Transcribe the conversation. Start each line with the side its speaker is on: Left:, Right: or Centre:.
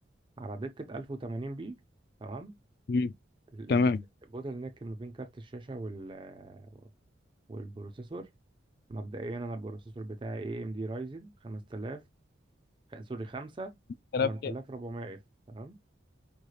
Right: على دقه 1080 بي تمام
Left: مم.
Right: ال-
Left: تمام
Right: ال- البوتل نيك ما بين كارت الشاشه وال آه، والبروسيسور مبدئيا انا البروسيسور بتاعي اي ام دي رايزن 5000 خ- سوري 5
Left: كلام
Right: 8400
Left: كده
Right: اف تمام